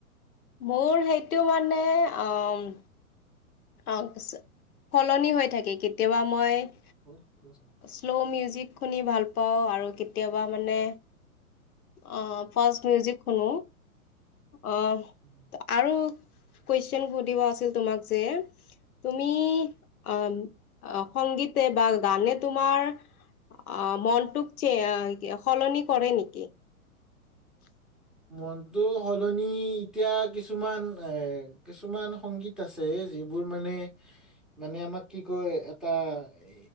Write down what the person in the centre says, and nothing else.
আৰু <unintelligible>
<unintelligible>
মনটো সলনি এতিয়া কিছুমান এ কিছুমান সংগীত। আছে যিবোৰ মানে মানে আমাক কি কয় এটা। এ